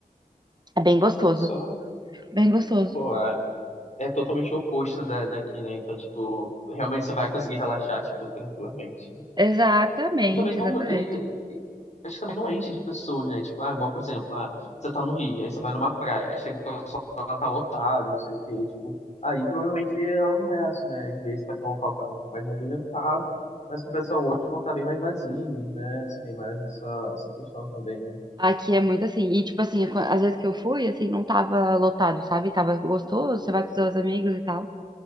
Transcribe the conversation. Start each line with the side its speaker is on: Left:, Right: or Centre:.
Right: É bem gostoso,
Left: olha só.
Right: bem gostoso.
Left: Pô, é, é totalmente o oposto da, daqui, né? Então, tipo, realmente você vai conseguir relaxar, tipo, tranquilamente.
Right: Exatamente,
Left: E também não.
Right: exatamente.
Left: e- e- acho que também não enche de pessoas, né? Tipo, ah, igual, por exemplo, ah, você tá no Rio, aí você vai numa praia, aí chega o pessoal lá, tá lotado, não sei o quê. Tipo, aí provavelmente é o inverso, né? Às vezes vai ter um local que vai estar um pouco mais movimentado, mas com o pessoal hoje vão estar bem mais vazios, né? Você Tem mais essa, essa questão também, né?
Right: Aqui é muito assim, e tipo assim, qu- às vezes que eu fui, assim, não tava lotado, sabe? Tava gostoso, você vai com seus amigos e tal.